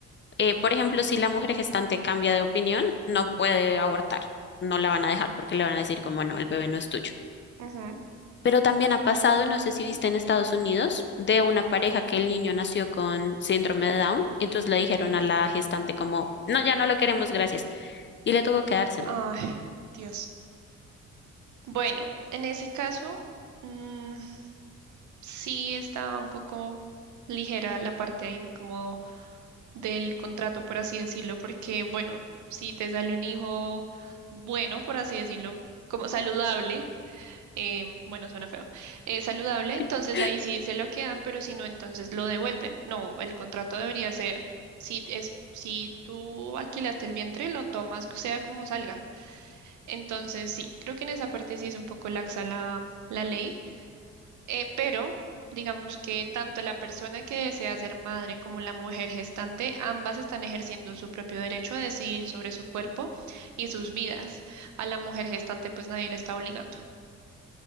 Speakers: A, on the left (about 40°); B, on the right (about 70°).
A: Eh, por ejemplo, si la mujer gestante cambia de opinión, no puede abortar. No la van a dejar porque le van a decir como no, el bebé no es tuyo.
B: ujú.
A: Pero también ha pasado, no sé si viste en Estados Unidos, de una pareja que el niño nació con síndrome de Down y entonces le dijeron a la gestante como, no, ya no lo queremos, gracias. Y le tuvo que dárselo.
B: Ay, Dios. Bueno, en ese caso, mm, Sí, estaba un poco ligera la parte ahí de como del contrato, por así decirlo, porque bueno, si te sale un hijo bueno, por así decirlo, como saludable, em, bueno, suena feo, eh, saludable, entonces
A: <gasps>
B: ahí sí se lo quedan, pero si no, entonces lo devuelven. No, el contrato debería ser, si es, si tú alquilaste el vientre, lo tomas, sea como salga. Entonces sí, creo que en esa parte sí es un poco laxa la, la ley. Eh, pero digamos que tanto la persona que desea ser madre como la mujer gestante, ambas están ejerciendo su propio derecho a decidir sobre su cuerpo y sus vidas. A la mujer gestante pues nadie le está obligando.